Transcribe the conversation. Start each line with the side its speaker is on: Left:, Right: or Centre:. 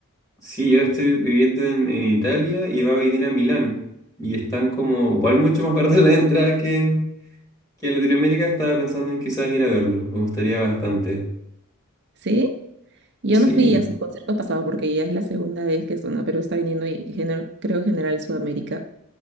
Left: Sí, yo estoy viviendo en, en Italia y va a venir a Milán. Y están como, igual mucho más <laughs> baratas la entrada que en, que en Latinoamérica. Estaba pensando en quizás ir a verlo. Me gustaría bastante.
Right: ¿Sí? Yo
Left: Sí.
Right: no fui a sus conciertos pasados porque ya es la segunda vez que Zona Perú está viniendo y que gener- creo en general Sudamérica.